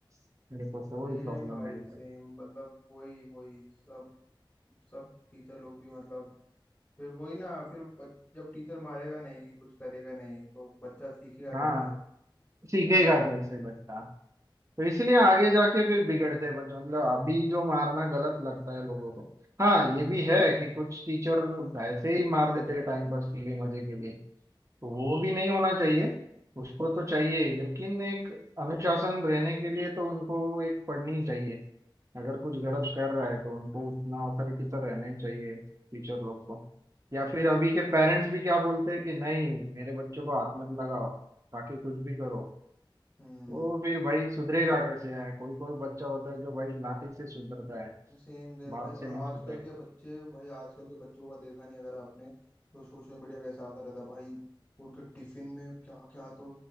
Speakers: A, on the right; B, on the left.
A: मेरे
B: सेम
A: को कोई प्रॉब्लम
B: भाई
A: नहीं
B: सेम
A: है
B: मतलब वही वही सब सब टीचर लोग भी मतलब फिर वही ना फिर बच, जब टीचर मारेगा नहीं कुछ करेगा नहीं तो बच्चा सीखेगा
A: हाँ
B: कैसे
A: सीखेगा
B: है ना
A: कैसे बच्चा तो इसलिए आगे जाके फिर बिगड़ते हैं बच्चे मतलब अभी जो मारना गलत लगता है लोगों को हाँ ये भी है कि कुछ टीचर ऐसे ही मार देते हैं टाइम पास के लिए मजे के लिए तो वो
B: हम्म
A: भी नहीं होना चाहिए उसको तो चाहिए ही लेकिन एक अनुशासन रहने के लिए तो उनको एक पढ़नी चाहिए अगर कुछ गलत कर रहा है तो उनको उतना अथॉरिटी तो रहना ही चाहिए टीचर लोग को या फिर अभी के पेरेंट्स भी क्या बोलते हैं कि नहीं मेरे बच्चों को हाथ मत लगाओ बाकी कुछ भी करो
B: हम्म
A: वो फिर भाई सुधरेगा कैसे है कोई कोई बच्चा होता है जो भाई लाठी से सुधरता है
B: सेम सेम
A: बात
B: भाई
A: से
B: और
A: नहीं
B: आजकल
A: सुधरेगा
B: के बच्चे भाई आजकल के बच्चों का देखा नहीं अगर आपने तो सोशल मीडिया पे ऐसा आता रहता है, भाई उनके टिफिन में क्या क्या तो